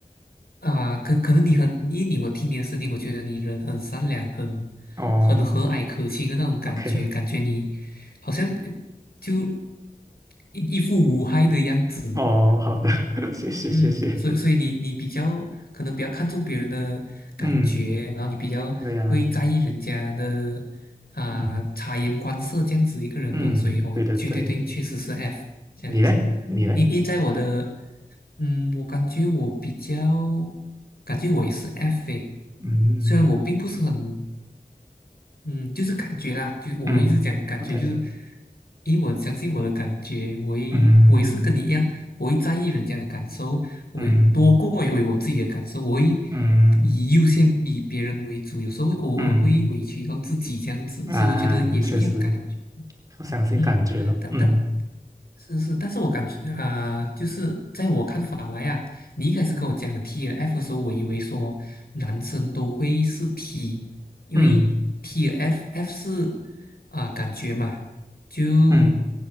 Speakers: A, on the left (about 85°); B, on the right (about 20°).
A: 啊，可可能你很，因为你我听你的声音，我觉得你人很善良，很
B: 哦
A: 很和蔼可亲的那种感觉，
B: ，OK，
A: 感觉你好像呃就一一副无害的样子，
B: 哦，好的，<laughs> 谢谢谢谢。
A: 嗯，所以所以你你比较可能比较看重别人的感觉，
B: 嗯，
A: 然后你比较会在意人家的啊、
B: 对呀，嗯
A: 察言观色这样子一个人嘛，
B: 嗯，
A: 所以哦，
B: 对对对，
A: 对对对，确实是 F 这样子。
B: 你嘞，你嘞，
A: 因因为在我的嗯，我感觉我比较，感觉我也是 F 诶，
B: 嗯
A: 虽然我并不是很，嗯，就是感觉啦，就我一直讲感觉，
B: 嗯，OK，
A: 就是因为我很相信我的感觉，我也我也是跟你一样，
B: 嗯
A: 我会在意人家的感受，我会多过于我自己的感受，
B: 嗯
A: 我会
B: 嗯
A: 以优先以别人为主，有时候会偶尔会委屈到自己这样子，
B: 嗯啊，
A: 所以我觉得也是一样感觉。
B: 确实，我相信感觉了，
A: 嗯，但但
B: 嗯
A: 是是，但是我感觉啊、呃就是在我看法来啊，你一开始跟我讲 TF 的时候，我以为说男生都会是 T，因为
B: 嗯
A: TF F 是啊、感觉嘛，就
B: 嗯